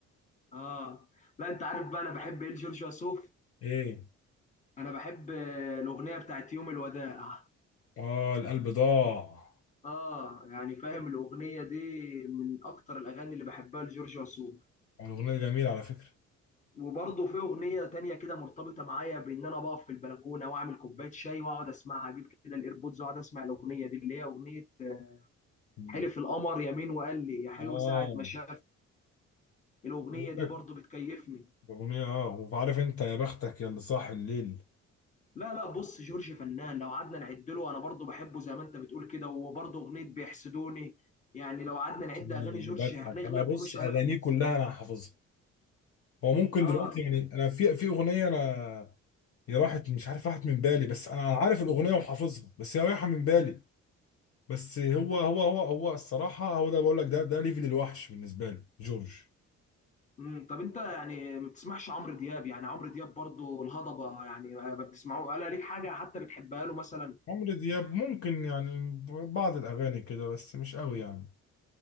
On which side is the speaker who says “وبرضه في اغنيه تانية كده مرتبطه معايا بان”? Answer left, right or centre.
Left